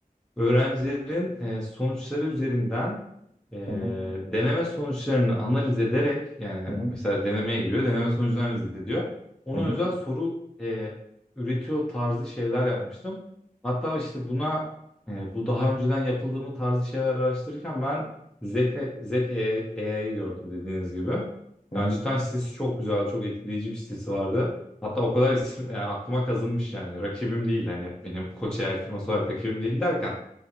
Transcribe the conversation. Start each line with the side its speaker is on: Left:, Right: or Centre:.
Centre: Öğrencilerin e, sonuçları üzerinden e,
Left: hı hı
Centre: deneme sonuçlarını analiz ederek yani
Left: hı
Centre: mesela denemeye giriyor, deneme sonucunu analiz ediyor. Ona
Left: hı
Centre: özel soru e, üretiyor tarzı şeyler yapmıştım. Hatta işte buna e, bu daha önceden yapıldığı mı tarzı şeyler araştırırken ben Zeka, Zek AI'yi gördüm dediğiniz gibi.
Left: hı
Centre: Yani cidden sitesi çok güzel, çok etkileyici bir sitesi vardı. Hatta o kadar isim, yani aklıma kazınmış yani. Rakibim değil hani benim Koç AI firması olarak rakibim değil derken